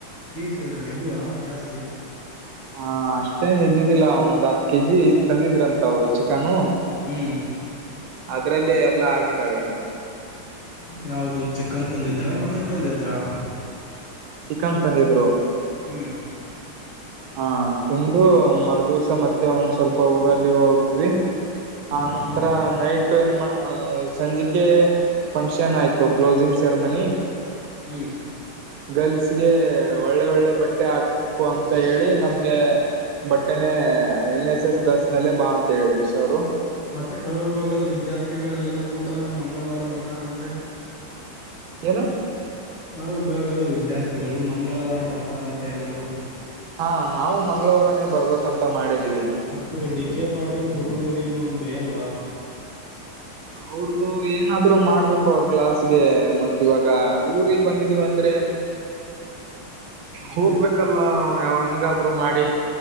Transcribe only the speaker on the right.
ಹಾ ಅಷ್ಟೇ ನಿದ್ದಿದ್ದಿಲ್ಲ ಒಂದ್ ಹತ್ತು ಕೆ ಜಿ ತಂದಿದ್ರಂತೆ ಅವರು. ಚಿಕ್ಕನು
ಅದ್ರಲ್ಲೆ ಎಲ್ಲಾ ಆಗಿದ್ದಾವೆ.
ಚಿಕ್ಕನ್ ತಂದಿದ್ರು
ಹಾ ತಿಂದು ಮರ ದಿವ್ಸ ಮತ್ತೆ ಒಂದ್ ಸ್ವಲ್ಪ ಊರಲ್ಲಿ ಹೋಗದ್ವಿ. ಆ
ನಂತರ ನೈಟ್ ಏನ್ ಸಂಜಿಕೆ ಫಂಕ್ಷನ್ ಆಯ್ತು. ಕ್ಲೋಸಿಂಗ್ ಸೆರಮನಿ.
ಗರ್ಲ್ಸ್ಗೆ ಒಳ್ಳೆ ಒಳ್ಳೆ ಬಟ್ಟೆ ಹಾಕು ಅಂತ. ಹೇಳಿ ನಮ್ಗೆ ಬಟ್ಟೆನೆ ಎನ್ ಎಸ್ ಎಸ್ ಡ್ರೆಸ್ ಮೇಲೆ ಬಾ ಅಂತ ಹೇಳಿದ್ರು ಸರ್ ಅವರು.
ಏನು.
ಹಾ ನಾವು ಮಂಗಳವಾರನೇ ಬರ್ಬೇಕಂತ ಮಾಡಿದೀವಿ
ಅವ್ರ್ದು ಏನಾದ್ರು ಮಾಡ್ಬೇಕು ಅವ್ರ ಕ್ಲಾಸ್ಗೆ ಮತ್ ಇವಾಗ ಊರಿಗೆ ಬಂದಿದೀವ ಅಂದ್ರೆ
ಹೋಗ್ಬೇಕಲ್ಲ ಯ ಹೆಂಗಾದ್ರು ಮಾಡಿ